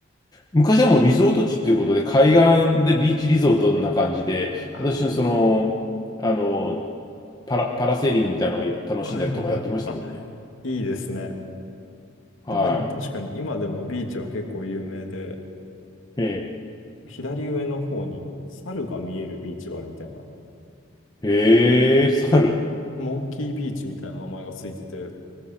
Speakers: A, on the left; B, on the left.
A: 昔はもうリゾート地っていうことで、海岸でビーチリゾートな感じで、
B: あ
A: 私のその、あの、パラ、パラセーリングみたいなのを楽しんだりとかやってましたけどね。
B: あ、はいはいはい。あ、いいですね。
A: は
B: 多分でも確かに今でもビーチは結構有名で、
A: い。え
B: 左上の方に猿が見えるビーチがあるみたいな、
A: ー、えー、猿。
B: モンキービーチみたいな名前がついてて、